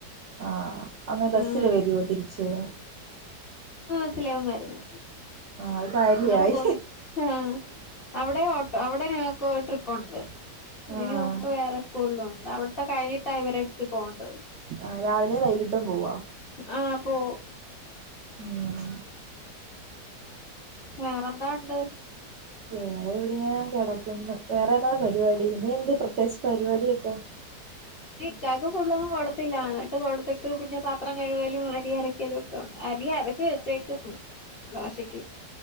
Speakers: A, on the right; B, on the left.
A: ആ... അങ്ങനെ ബസ്സില്
B: ആഹ്
A: വരുവോ തിരിച്ച്?
B: ബസ്സിലാവരുന്നത്.
A: ആഹ് അത് കാര്യായി
B: നളെ കൊട്. ആ... അവിടെ ഓട്ടോ അവിടെ ഞങ്ങൾക്ക്ഒരു ട്രിപ്പുണ്ട്. അയിന്മുമ്പ്
A: ആഹ്
B: വേറെ സ്കൂളിലുണ്ട് അവിടുത്തെ കഴിഞ്ഞിട്ടാ ഇവരെടുത്ത്. പോണ്ടത്
A: ആ... രാവിലെ വൈകിട്ടും പോവാ?
B: ആഹ..,. പോവും
A: ഉം
B: വേറെന്താ ഉണ്ട്.
A: വറെ എവിടെയാ... കിടക്കന്ന്, വേറെന്താപരിപാടി, ഇനി എന്ത്പ്രത്യേകിച്ച്പരിപാടിയൊക്കെ
B: ക്കാക്ക്, ഫുള്ളൊന്നും, കൊടുത്തില്ല, <unintelligible> പുള്ളോന്നും കൊടുത്തില്ല. എന്നിട്ട് കൊടുത്തിട്ട്, പിന്നെപാത്രംകഴുകലും, അരിഅരക്കലോ, അരി അര <unintelligible> ദോഷക്ക്